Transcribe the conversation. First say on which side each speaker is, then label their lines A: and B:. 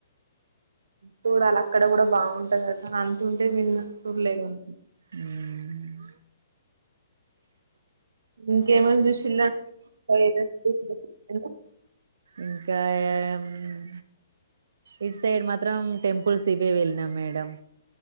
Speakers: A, on the right; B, on the right.
A: చూడాలి అక్కడ గూడా బాగుంటాంది అంటా తుంటే విన్న చూడలేగాన్
B: మ్మ్
A: ఇంకేమన్ జూసింద <inaudible>
B: ఇంకా ఆహ్ మ్మ్ ఇటు సైడ్ మాత్రం టెంపుల్స్ ఇవే వెళ్ళినాం మేడం